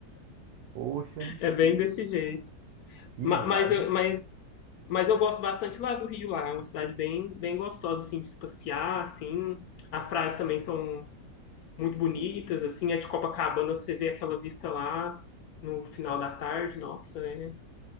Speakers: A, on the right; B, on the left.
A: Poxa,
B: É bem
A: que,
B: desse jeito.
A: que
B: Ma-
A: mago!
B: Mas, eu- mas, mas eu gosto bastante lá do Rio, lá. É uma cidade bem, bem gostosa, assim, de se passear, assim. As praias também são muito bonitas, assim. A de Copacabana, você vê aquela vista lá no final da tarde, nossa, é